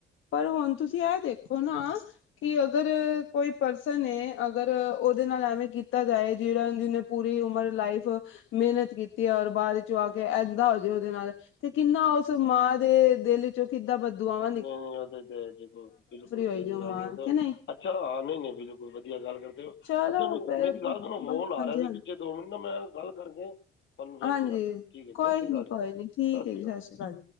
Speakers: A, on the left; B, on the left.
A: ਪਰ ਹੋਨ ਤੁਸੀਂ ਐ ਦੇਖੋ ਨਾ ਕਿ ਅਗਰ ਕੋਈ ਪਰਸਨ ਏ ਅਗਰ ਓਦੇ ਨਾਲ ਐਵੇਂ ਕੀਤਾ ਜਾਏ, ਜੇੜਾ ਜਿਨੇ ਪੂਰੀ ਉਮਰ ਲਾਈਫ ਮਿਹਨਤ ਕੀਤੀ ਐ ਔਰ ਬਾਦ ਚੋਂ ਆ ਕੇ ਏਦਾ ਹੋ ਜੇ ਓਦੇ ਨਾਲ। ਤੇ ਕਿੰਨਾ ਉਸ ਮਾਂ ਦੇ ਦਿਲ ਵਿੱਚੋਂ ਕਿੱਦਾਂ ਬਦੁਆਵਾਂ
B: ਨਈ ਓ ਤੇ ਹੈ ਦੇਖੋ ਬਿਲਕੁਲ ਸਹੀ
A: ਹੋਏਗੀ ਉਹ
B: ਗੱਲ
A: ਮਾਂ
B: ਕਰਦੇ ਹੋ,
A: ਕਿ ਨਹੀਂ
B: ਅੱਛਾ ਹਾਂ ਨਈ-ਨਈ ਬਿਲਕੁਲ ਵਧੀਆ ਗੱਲ ਕਰਦੇ ਹੋ।
A: ਚਲੋ
B: ਅੱਛਾ, ਮੇਰੀ-ਮੇਰੀ
A: ਫੇਰ
B: ਗੱਲ
A: ਹਾਂਜੀ
B: ਸੁਨੋ ਫੋਨ ਆ ਰਿਹਾ ਸੀ
A: ਹਾਂਜੀ
B: ਪਛੇ ਦੋ ਮਿੰਟ ਮੈਂ ਗੱਲ ਕਰਕੇ ਤੁਹਾਨੂੰ ਫਿਰ
A: ਹਾਂਜੀ
B: ਮਿਲਾਨਾ, ਠੀਕ ਐ ਸਤਿ
A: ਕੋਈ
B: ਸ੍ਰੀ ਅਕਾਲ,
A: ਨੀ
B: ਸਤਿ
A: ਕੋਈ ਨੀ ਠੀਕ ਹੈ
B: ਸ੍ਰੀ
A: ਜੀ ਸਤਿ
B: ਅਕਾਲ।
A: ਸ਼੍ਰੀ ਜੀ